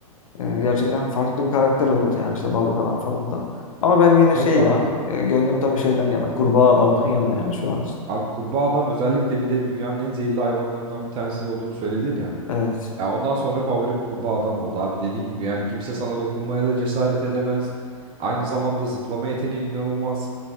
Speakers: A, on the left; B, on the right.
A: E, gerçekten farklı bir karakter olurdu yani işte balık adam falan da. Ama ben yine
B: Tabii
A: şey
B: abi.
A: ya e, gönlüm tabii şeyden yana kurbağa adamdan <laughs> yana yani şu an için.
B: Abi kurbağa adam özellikle bir de dünyanın en zehirli hayvanlarından bir tanesi olduğunu söyledin ya.
A: Evet.
B: Ya ondan sonra favorim kurbağa adam oldu abi dediğin gibi yani kimse sana dokunmaya da cesaret edemez. Aynı zamanda zıplama yeteneği inanılmaz.